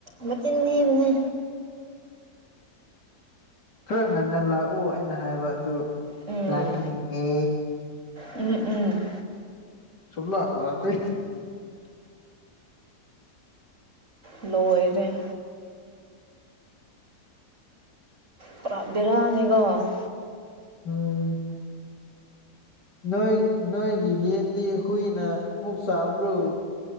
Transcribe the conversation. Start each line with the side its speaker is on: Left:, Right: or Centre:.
Right: ꯃꯆꯤꯟꯊꯤꯕꯅꯦ
Left: ꯈꯔ ꯉꯟꯅ ꯂꯥꯛꯑꯣ ꯑꯩꯅ ꯍꯥꯏꯕ ꯑꯗꯨ
Right: ꯎꯝ
Left: ꯂꯥꯛꯀꯅꯤꯍꯦ
Right: ꯎꯝ ꯎꯝ
Left: ꯁꯕꯂꯥ ꯂꯇ
Right: ꯂꯣꯏꯔꯦ ꯄꯨꯔꯥꯕꯤꯔꯅꯤꯒꯣ
Left: ꯎꯝ ꯅꯣꯏ ꯅꯣꯏꯒꯤ ꯌꯦꯟꯗꯤ ꯍꯨꯏꯅ ꯃꯨꯛ ꯆꯥꯕ꯭ꯔꯨ